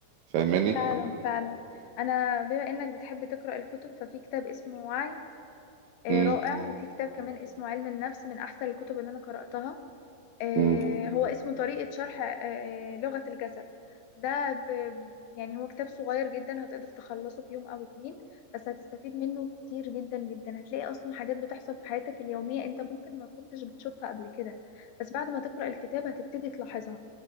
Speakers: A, on the right (about 75°); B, on the left (about 80°).
A: فاهماني
B: فعلا فعلا انا بما انك بتحب تقرأ الكتب ففي كتاب اسمه وعي آه،
A: امم
B: رائع وفي كتاب كمان اسمه علم النفس من أحسن الكتب اللي أنا قرأتها آه،
A: امم
B: هو اسمه طريقة شرح آه، آه، لغة الجسد ده ب... ب- يعني هو كتاب صغير جدا هتقدر تخلصه في يوم أو اتنين بس هتستفيد منه كتير جدا جدا هتلاقي أصلا حاجات بتحصل في حياتك اليومية أنت ممكن ما كنتش بتشوفها قبل كده بس بعد ما تقرأ الكتاب هتبتدي تلاحظها